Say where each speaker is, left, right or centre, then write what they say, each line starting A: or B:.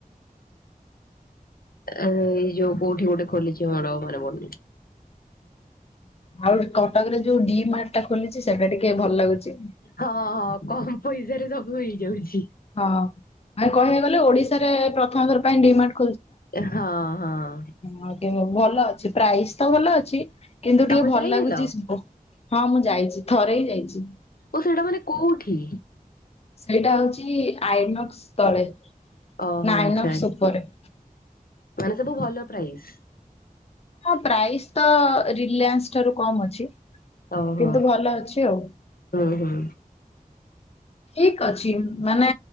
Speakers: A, on the left; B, on the left.
A: ଆଁ ଏ ଯୋଉ କଉଠି ଗୋଟେ ଖୋଲିଚି ମୋର ଆଉ ମନେ ପଡୁନି।
B: ଆଉ କଟକରେ ଯୋଉ ଡି ମାର୍ଟ ଟା ଖୋଲିଚି ସେଟା ଟିକେ ଭଲ ଲାଗୁଚି।
A: ହଁ ହଁ କମ୍ ପଇସାରେ ସବୁ ହେଇଯାଉଚି।
B: ହଁ ଆଉ କହିବା ଗଲେ ଓଡ଼ିଶା ରେ ପ୍ରଥମଥର ପାଇଁ ଡିମାର୍ଟ
A: ହଁ ହଁ।
B: ହଁ କେ ଭଲ ଅଛି ପ୍ରାଇସ୍ ତ ଭଲ ଅଛି କିନ୍ତୁ
A: ତମେ
B: ଟିକେ ଭଲ
A: ଯାଇଥିଲ?
B: ଲାଗୁଚି ସୁ ହଁ ମୁଁ ଯାଇଚି ଥରେ ହିଁ ଯାଇଚି।
A: ଓ ସେଇଟା ମାନେ କୋଉଠି?
B: ସେଇଟା ହଉଚି ଆଇନକ୍ସ ତଳେ
A: ଓହୋ
B: ନା
A: ଆଚ୍ଛା
B: ଆଇନକ୍ସ
A: ଆଚ୍ଛା
B: ଉପରେ।
A: ମାନେ ସବୁ ଭଲ ପ୍ରାଇସ୍।
B: ହଁ ପ୍ରାଇସ୍ ତ ରିଲିୟାନ୍ସ ଠାରୁ କମ୍ ଅଛି।
A: ଓହୋ
B: କିନ୍ତୁ ଭଲ ଅଛି ଆଉ।
A: ହୁଁ ହୁଁ।
B: ଠିକ୍ ଅଛି ମାନେ